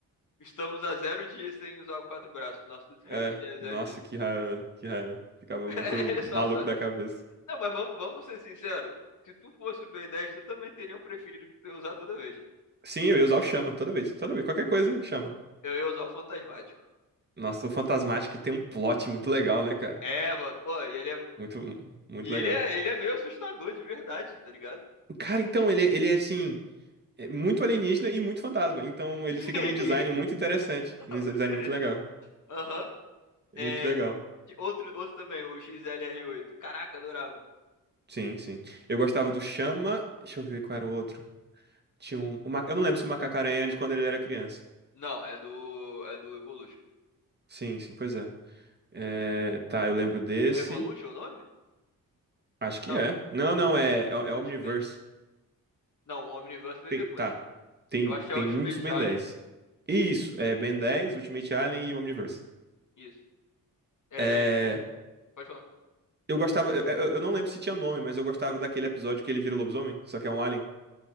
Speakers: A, on the left; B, on the right.
A: Estamos a zero dias sem usar o quatro braços. Nosso
B: É,
A: recorde é zero
B: nossa,
A: dias.
B: que raiva, velho, que raiva. Ficava
A: <laughs>
B: muito
A: Ele
B: maluco
A: só sabe.
B: da cabeça.
A: Não, mas vamos, vamos ser sinceros. Se tu fosse o Ben 10, tu também teria um preferido que tu ia usar toda vez.
B: Sim, eu ia usar o chama toda vez, toda vez, qualquer coisa, chama.
A: Eu ia usar o Fantasmático.
B: Nossa, o Fantasmático tem um plot muito legal, né, cara?
A: É, mano, pô, e ele é.
B: Muito, muito
A: E
B: legal.
A: ele é, ele é meio assustador de verdade, tá ligado?
B: Cara, então, ele, é- ele é assim, é muito alienígena e muito fantasma. Então,
A: <laughs>
B: ele
A: Sim.
B: fica num design muito interessante,
A: <laughs>
B: num design
A: Tá ligado?
B: muito legal.
A: Aham.
B: É
A: É,
B: Muito legal.
A: outro, outro também, o XLR8. Caraca, adorava.
B: Sim, sim. Eu gostava do chama. Deixa eu ver qual era o outro. Tinha um. o ma- Eu
A: Chama
B: não lembro
A: no
B: se o Macaco-Aranha
A: zap.
B: era de quando ele era criança.
A: Não, é do. É do Evolution.
B: Sim, sim, pois é. É, tá, eu lembro desse.
A: É Evolution o nome?
B: Acho que
A: Não,
B: é. Não, não, é, é, é
A: Ultimate.
B: Omniverse.
A: Não, Omniverse veio
B: Tem,
A: depois.
B: tá. Tem,
A: Eu acho que
B: tem
A: é Ultimate
B: muitos Ben
A: Uhum. Alien.
B: 10. Isso, é Ben 10, Ultimate Alien e Omniverse.
A: Isso. É,
B: É,
A: Pode falar.
B: eu gostava, eu, eu- eu não lembro se tinha nome, mas eu gostava daquele episódio que ele vira lobisomem, só que é um alien.